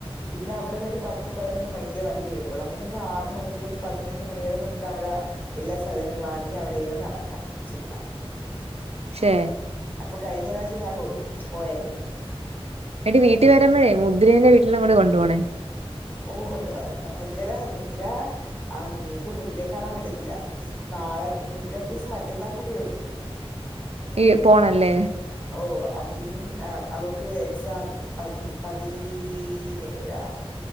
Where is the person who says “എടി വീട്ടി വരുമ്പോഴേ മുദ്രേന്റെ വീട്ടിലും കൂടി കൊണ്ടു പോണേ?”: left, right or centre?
Right